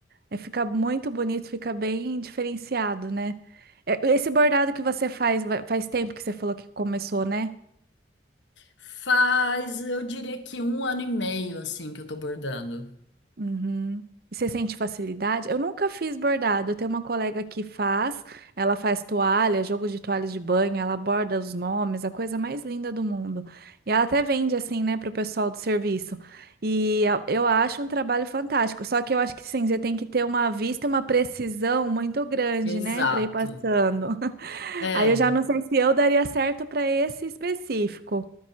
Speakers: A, on the right (about 55°); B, on the left (about 80°).
A: É, fica muito bonito, fica bem diferenciado, né? É, Esse bordado que você faz, vai- faz tempo que você falou que começou, né?
B: Faz, eu diria que um ano e meio assim que eu tô bordando.
A: Uhum. E você sente facilidade? Eu nunca fiz bordado. Eu tenho uma colega que faz, ela faz toalha, jogo de toalhas de banho, ela borda os nomes, a coisa mais linda do mundo. E ela até vende assim, né, pro pessoal do serviço. E eu eu acho um trabalho fantástico. Só que eu acho que sim, você tem que ter uma vista e uma precisão muito grande,
B: Exato.
A: né, para ir passando. <laughs>
B: É,
A: Aí eu já não sei se eu daria certo para esse específico.